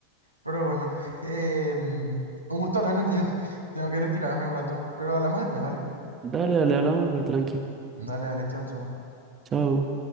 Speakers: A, on the right (about 85°); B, on the right (about 25°).
A: Pero bueno, <laughs> eh, mm, un gusto hablar contigo. <laughs> Tengo que retirarme un rato, pero hablamos después, dale.
B: Dale, dale, hablamos, pues tranqui.
A: Dale, dale, chao, chao.
B: Chao.